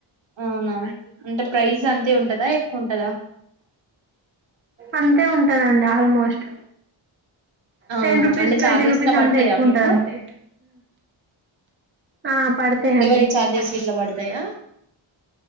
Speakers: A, on the right; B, on the right.
A: అవునా అంటే ప్రైస్ అంతే ఉంటదా ఎక్కువ ఉంటదా
B: అంతే ఉంటుందండి ఆల్మోస్ట్
A: అవునా
B: టెన్ రూపీస్
A: అంటే
B: ట్వంటీ
A: చార్జెస్
B: రూపీస్
A: లా పడతాయా
B: అంతే ఎక్కువ
A: మీకు
B: ఉంటది అంతే ఆ పడతాయండి
A: డెలివరీ ఛార్జెస్ గిట్లా పడతాయా